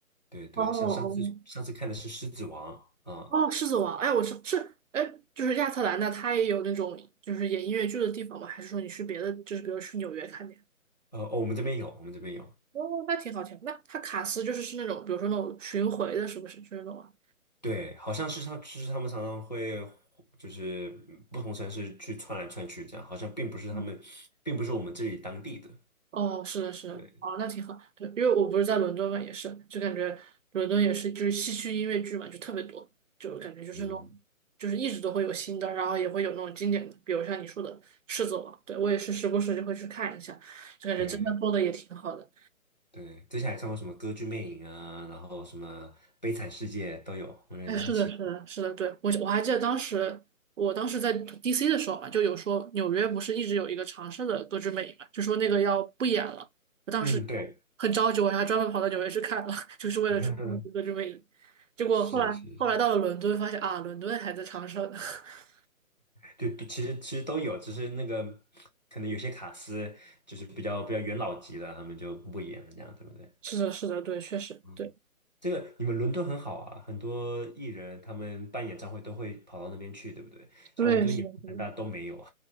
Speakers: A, on the left; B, on the right.
A: 对对，
B: 哦哦，
A: 像上次上次看的是《狮子王》啊，
B: 哦，狮子王，哎，我是是，哎，就是亚特兰大，它也有那种就是演音乐剧的地方吗？还是说你去别的，就是比如去纽约看的呀
A: 呃哦，我们这边有，我们这边有。
B: 哦，那挺好听。那它卡斯就是是那种，比如说那种巡回的，是不是？就是那种啊。
A: 对，好像是像就是他们常常会就是不同城市去串来串去这样，好像并不是他们，
B: 嗯
A: 并不是我们这里当地的。
B: 哦，是的，是的，
A: 对，
B: 哦，那挺好。对，因为我不是在伦敦嘛，也是，就感觉伦敦也是，就是戏区音乐剧嘛，就特别多，就感觉就是那种，
A: 嗯，
B: 就是一直都会有新的，然后也会有那种经典的，比如像你说的《狮子王》，对，我也是时不时就会去看一下，就感觉真的做的也挺好的。
A: 对。对，之前还看过什么《歌剧魅影》啊，然后什么《悲惨世界》都有，我觉得很喜欢。
B: 哎，是的，是的，是的，对，我我还记得当时，我当时在 DC 的时候嘛，就有说纽约不是一直有一个长设的《歌剧魅影》嘛，就说那个要不演了。我当时
A: 嗯，对，
B: 很着急，我还专门跑到纽约去看了，<laughs> 就是为了去看那个《歌剧魅影》。
A: <laughs>
B: 结果后来后来到了伦敦，
A: 是是，是
B: 发现啊，伦敦还在长设呢。<laughs>
A: 就其实其实都有，只是那个可能有些卡司就是比较比较元老级的，他们就不演了，这样对不对？
B: 是的，是的，对，确实，
A: 嗯，
B: 对，
A: 这个你们伦敦很好啊，很多艺人他们办演唱会都会跑到那边去，对不对？
B: 对，
A: 像我们这边亚特兰大都没有。
B: 是的，是的。